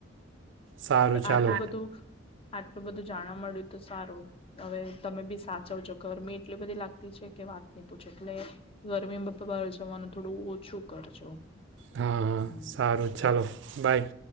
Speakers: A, on the right (about 65°); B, on the left (about 30°).
A: સારું
B: તો
A: ચાલો
B: આટલું બધું આટલું બધું જાણવા મળ્યું તો સારું હવે તમે બી આટલુ બધુ જાનવા મડ્યૂ તો સારુ અવે તમે બિ સાચવજો ગરમી એટલી બધી લાગતી છે કે વાત ન પૂછે એટલે ગરમીમાં પપા બહાર જવાનું થોડું ઓછું કરજો
A: હા હા
B: હમ
A: સારું ચાલો બાય